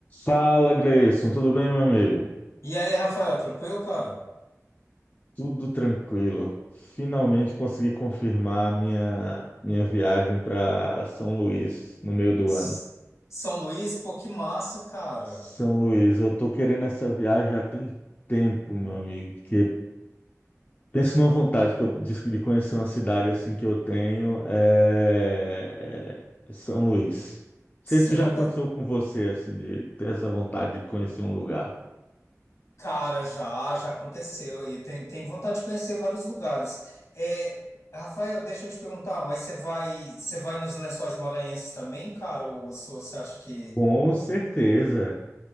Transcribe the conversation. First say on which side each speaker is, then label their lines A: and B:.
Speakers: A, on the left (about 30°); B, on the left (about 65°).
A: Fala, Gleison, tudo bem, meu amigo?
B: E aí, Rafael, tranquilo, cara?
A: Tudo tranquilo. Finalmente consegui confirmar minha minha viagem para São Luís no meio do
B: S-
A: ano.
B: São Luís, pô, que massa, cara.
A: São Luís, eu tô querendo essa viagem já tem um tempo, meu amigo, porque penso numa vontade que eu disse de conhecer uma cidade assim que eu tenho é, é é São Luís. Não
B: Você
A: sei se isso já
B: nunca.
A: aconteceu com você assim de ter essa vontade de conhecer um lugar.
B: Cara, já, já aconteceu e tem, tem vontade de conhecer vários lugares. É, Rafael, deixa eu te perguntar, mas você vai, você vai nos Lençóis Maranhenses também, cara? Ou você você acha que.
A: Com certeza.